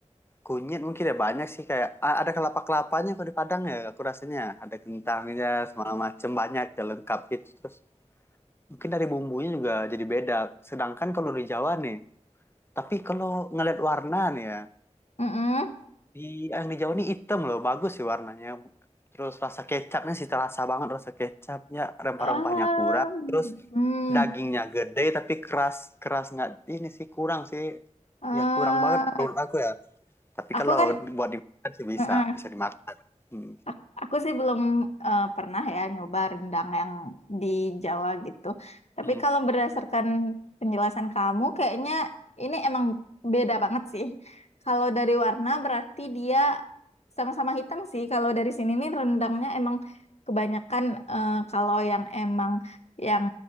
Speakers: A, on the left (about 20°); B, on the left (about 60°).
A: kunyit mungkin ya banyak sih kayak a- ada kelapa-kelapanya kalau di Padang ya aku rasanya ada kentangnya segala macem banyak ya lengkap gitu terus mungkin dari bumbunya juga jadi beda sedangkan kalau di Jawa nih tapi kalau ngeliat warna nih ya
B: Mm-mm.
A: Di yang di Jawa ini hitam loh, bagus sih warnanya. Terus rasa kecapnya sih terasa banget rasa kecapnya, rempah-rempahnya
B: Em,
A: kurang. Terus
B: hmm.
A: dagingnya gede tapi keras keras nggak ini sih kurang sih.
B: Eh,
A: Ya kurang banget menurut aku ya. Tapi
B: aku
A: kalau
B: kan,
A: buat dimakan sih bisa,
B: Mm-mm.
A: bisa dimakan. Hmm.
B: Ak- Aku sih belum eh, pernah ya nyoba rendang yang di Jawa gitu. Tapi
A: Hmm.
B: kalau berdasarkan penjelasan kamu, kayaknya ini emang beda banget sih. Kalau dari warna berarti dia sama-sama hitam sih. Kalau dari sini nih rendangnya emang kebanyakan eh, kalau yang emang yang